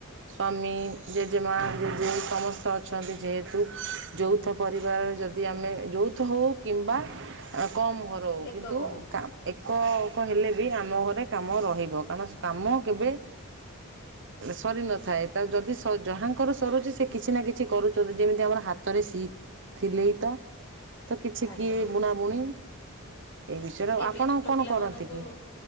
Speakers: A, on the right; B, on the left.
A: ସ୍ୱାମୀ ଜେଜେମା ଜେଜେ ସମସ୍ତେ ଅ ଅଛନ୍ତି ଯେହେତୁ ଯୌଥ ପରିବାର ଯଦି ଆମେ ଯୌଥ ହେଉ କିମ୍ବା କମ୍ ଘର ହେଉ
B: ଏକକ
A: କିନ୍ତୁ
B: ହଉ
A: ଏକ ହେଲେ ବି ଆମ ଘରେ କାମ ରହିବ କାରଣ କାମ କେବେ ସରି ନଥାଏ ଯଦି ଯାହାଙ୍କର ସରୁଛି ସେ କିଛି ନା କିଛି କରୁଛନ୍ତି ଯେମିତି ଆମର ହାତରେ ସି ଥିଲେ ତ ତ କିଛି
B: ଆଜ୍ଞା
A: କିଏ ବୁଣାବୁଣି ଏଇ ବିଷୟରେ ଆଉ
B: କିଏ
A: ଆପଣ
B: ପି ଛୋଟ
A: କଣ
B: ପିଲାମାନଙ୍କୁ
A: କରନ୍ତି କି